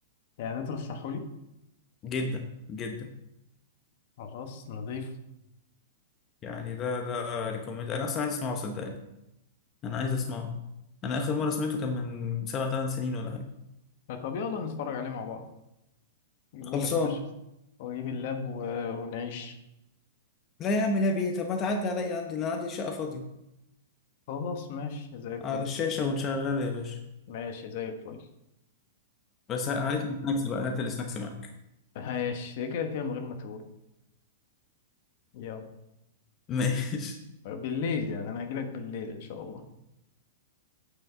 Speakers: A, on the left (about 50°); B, on the left (about 25°).
A: يعني ده ترشحه لي
B: جدا جدا
A: خلاص نضيف
B: يعني ده ده ريكومند انا اصلا عايز اسمعه صدقني انا عايز اسمعه انا اخر مره سمعته كان من سبع ثمان سنين ولا حاجه
A: طب يلا نتفرج عليه مع بعض جيبه
B: خلصان
A: لك يا باشا واجيب اللاب و... ونعيش
B: لا يا عم لا بيه طب ما تعدي عليا عندي انا عندي شقه فاضيه
A: خلاص ماشي زي الفل
B: على الشاشه ونشغله يا باشا
A: ماشي زي الفل
B: بس عليك السناكس بقى هات السناكس معاك
A: ماشي كده كده من غير ما تقول يلا
B: <laughs> ماشي
A: بالليل يعني انا هجيلك بالليل ان شاء الله